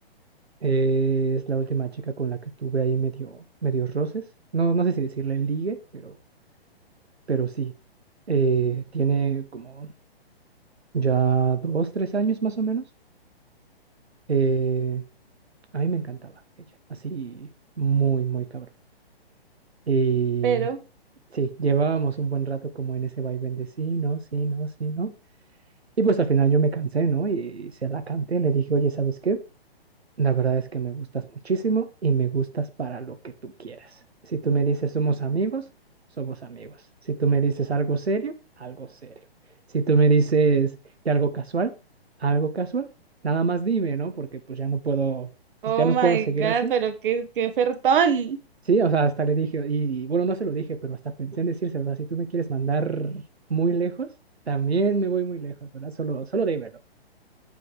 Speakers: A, on the right; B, on the right.
A: Eh, es la última chica con la que tuve ahí medio, medios roces. No, no sé si decirle ligue, pero... pero sí, eh, tiene como ya dos, tres años más o menos. Eh, a mí me encantaba ella, así muy, muy cabrón. Y
B: Pero,
A: sí, llevábamos un buen rato como en ese vaivén de sí, no, sí, no, sí, no. Y pues al final yo me cansé, ¿no? Y se la canté, le dije, oye, ¿sabes qué? La verdad es que me gustas muchísimo y me gustas para lo que tú quieras. Si tú me dices somos amigos, somos amigos. Si tú me dices algo serio, algo serio. Si tú me dices que algo casual, algo casual. Nada más dime, ¿no? Porque pues ya no puedo, pues
B: oh
A: ya no
B: my
A: puedo seguir
B: God,
A: así.
B: pero qué, qué ofertón
A: Sí, o sea, hasta le dije, y y, bueno, no se lo dije, pero hasta pensé en decirse, ¿verdad? Si tú me quieres mandar muy lejos, también me voy muy lejos, ¿verdad? Solo, solo dímelo.